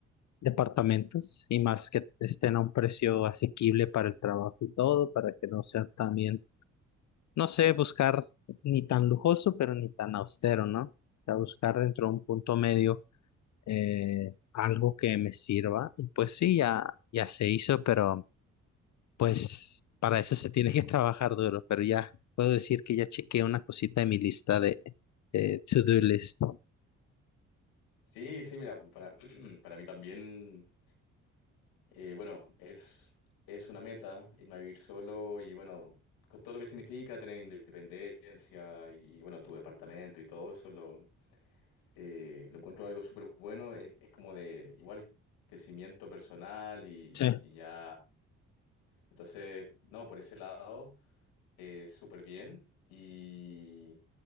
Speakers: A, on the left (about 50°); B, on the left (about 75°).
A: departamentos y más que estén a un precio asequible para el trabajo y todo, para que no sea también no sé, buscar ni tan lujoso, pero ni tan austero, ¿no? O sea, buscar dentro de un punto medio eh, algo que me sirva. Y pues sí, ya, ya se hizo, pero pues para eso se tiene que <laughs> trabajar duro. Pero ya puedo decir que ya chequeé una cosita de mi lista de, de to-do list.
B: Sí, sí, mira, para, <clears throat> para mí también. Eh, bueno, es, es una meta irme a vivir solo y bueno, con todo lo que significa tener independencia y bueno, tu departamento y todo eso, lo, eh, lo encuentro algo súper bueno. Es, es como de igual crecimiento personal y,
A: Sí,
B: y ya. Entonces, no, por ese lado, eh, súper bien. Y,